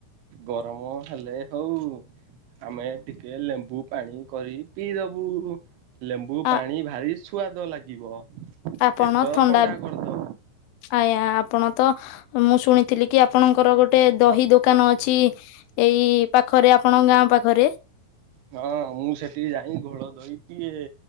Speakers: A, on the right; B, on the left.
A: ଗରମ ହେଲେ ହଉ ଆମେ ଟିକେ ଲେମ୍ବୁ ପାଣି କରି ପିଇଦବୁ ଲେମ୍ବୁ
B: ଆ
A: ପାଣି ଭାରି ସୁଆାଦ ଲାଗିବ
B: ଆପଣ
A: ପେଟ
B: ଥଣ୍ଡା
A: କରିଦବ।
B: ଆଜ୍ଞା ଆପଣ ତ ମୁଁ ଶୁଣିଥିଲି କି ଆପଣଙ୍କର ଗୋଟେ ଦହି ଦୋକାନ ଅଛି ଅଛି ଏଇ ପାଖରେ ଆପଣଙ୍କ ଗାଁ ପାଖରେ
A: ହଁ ମୁଁ ସେଠିକି ଯାଇ ଘୋଳ ଦେଇଈ ଟିକଏ